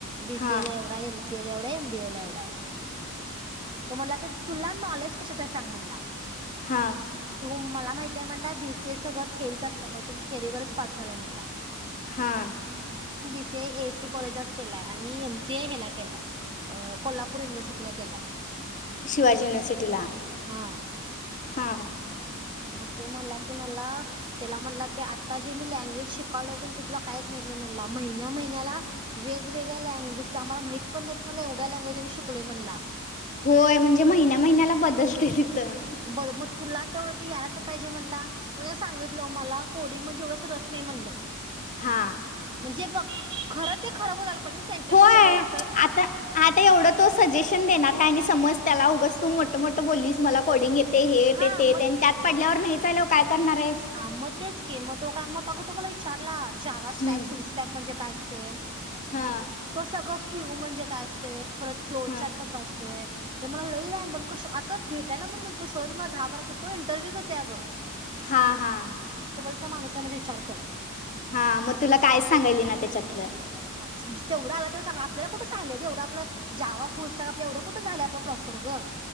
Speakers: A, on the right; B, on the left.
A: बीसीए
B: हा
A: ला एवढंय, एमसीएला एवढंय, एमबीए ला एवढंय. तो म्हणला, क तुला नॉलेज कशाचय सांग म्हणला.
B: हा
A: तू मला माहित आहे, म्हणला बीसीए सगळं थेरीच असत्या म तुम्ही थेरीवरच पास झालाय म्हणला.
B: हा.
A: सी एससी कॉलेजच केलाय आणि एमसीए हेला केलाय अ कोल्हापूर युनिव्हर्सिटीला केलाय
B: शिवाजी युनिव्हर्सिटीला
A: हा
B: हा
A: मग तो म्हणला की मला त्याला म्हणला की आता जे मी लँग्वेज शिकाल आहे ते तुला कायच माहिती महिन्या महिन्याला वेगवेगळ्या लँग्वेज आम्हाला माहित पण नाही एवढ्या लैंग्वेज शिकवल्या म्हणला
B: होय म्हणजे महिन्या महिन्याला बदलते तिथं
A: <inaudible> तुला तेवढं तर यायला पाहिजे म्हणला म्हणजे सांगितलं मला कोडिंग म्हणजे एवढ रस नाही म्हणलं
B: हा
A: म्हणजे बघ खरं ते खर बोलायला पाहिजे पाहिजे त्यांच्यासमोर
B: होय
A: त्यांनी एवढा
B: आता आता एवढं तो सजेशन देणार आहे आणि समज त्याला उगस तू मोठ मोठं बोललीस मला कोडिंग येते हे
A: हा
B: हे ते नाहीच आल्यावर काय करणार आहेस
A: ह मग तेच के मग तो का मग अगं तुम्हाला विचारला जावा स्ट्रॅक
B: हम्म
A: फुल स्टॅक म्हणजे काय तो
B: हा
A: सगळं क्यू म्हणजे काय असते परत फ्लो
B: हा
A: चॅट कसा असतोय हे मला लई जाड क आता भेटायला मण गेल तो सहज मला दहा बारा कस तो इंटरव्ह्यू घेते अ गं
B: हा हा
A: माणूस म्हणजे विचार करा
B: हा मग तुला कायच सांगायल ना त्याच्यातलं
A: ह म्हणे तेवढं आला तेव्हा सांग आपलाुठं झालं एवढं आपलं जावा फुल स्टाक आपला एवढं कुठं झालं आपलं प्रॉपर र ग